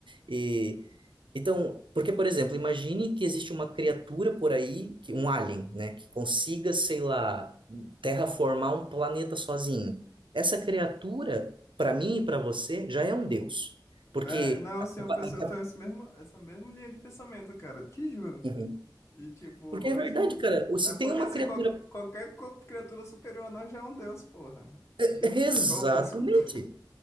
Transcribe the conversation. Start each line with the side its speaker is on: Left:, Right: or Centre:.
Right: E então, porque, por exemplo, imagine que existe uma criatura por aí, que- um alien, né, que consiga, sei lá, terraformar um planeta sozinho. Essa criatura, para mim e para você, já é um deus. Porque
Left: É, não,
Right: a
Left: sim,
Right: capa-
Left: eu penso,
Right: a
Left: eu
Right: capa-
Left: tenho esse mesmo, essa mesma linha de pensamento, cara, te juro.
Right: Uhum.
Left: E tipo,
Right: Porque é
Left: antes.
Right: verdade, cara. Ou Se
Left: É porque
Right: tem uma
Left: se
Right: criatura.
Left: qual- qualquer co- criatura superior a nós já é um deus, porra.
Right: <laughs>
Left: Tipo,
Right: Exatamente.
Left: opa, desculpa.